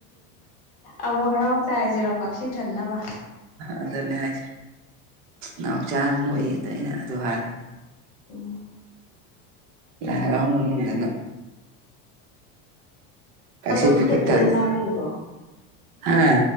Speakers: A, on the left; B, on the right.
A: ꯑꯃꯨꯛ ꯍꯔꯥꯎꯖꯦ ꯍꯥꯏꯁꯤꯔꯣ ꯄꯥꯛꯁꯤ ꯊꯟꯅꯕ
B: ꯑꯗꯨꯅꯦ ꯍꯥꯏꯁꯦ ꯅꯥꯎꯆꯥꯥ ꯅꯣꯛꯏꯌꯦ ꯑꯗꯨ ꯑꯩꯅ ꯑꯗꯨ ꯍꯥꯏꯕꯗꯥ
A: ꯎꯝ
B: ꯂꯥꯏ ꯍꯔꯥꯎ ꯃꯅꯨꯡꯗꯅ ꯄꯥꯛꯁꯤ
A: ꯑꯗꯨꯝ
B: ꯄꯤꯛ
A: ꯁꯤꯠꯂꯤ
B: ꯄꯤꯛ ꯊꯜꯂꯦ
A: ꯅꯪꯒꯤꯗꯣ
B: ꯍꯥ